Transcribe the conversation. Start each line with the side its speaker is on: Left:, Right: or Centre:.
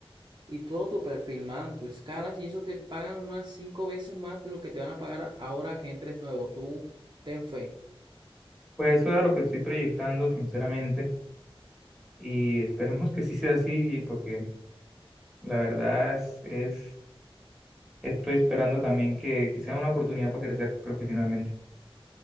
Right: y todo tu perfil, man, tus escalas, y eso te pagan unas cinco veces más de lo que te van a pagar a- ahora que entres nuevo. Tú ten fe,
Centre: Pues eso es a lo que estoy proyectando, sinceramente, y esperemos que sí sea así, porque la verdad es, es- estoy esperando también que, que sea una oportunidad para crecer profesionalmente.